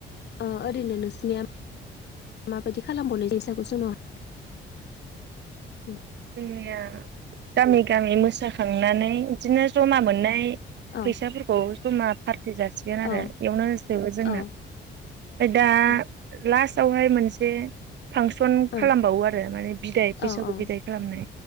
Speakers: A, on the left (about 60°); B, on the right (about 60°).
A: आं ओरैनो नोसिनिया माबायदि खालामबावनाय जायो बैसागु समावहाय? ओम
B: जोंनिया गामि गामि मोसाखांनानै बिदिनो जमा मोननाय
A: औ
B: फैसाफोरखौ जमा फारटि जासिगोन आरो
A: औ
B: एवनो होजोबो जोंना
A: औ
B: ओमफ्राय दा
A: औ
B: लास्टावहाय मोनसे फांसन
A: औ
B: खालामबावो आरो माने बिदाय बैसागु
A: औ
B: बिदाय । खालामनाय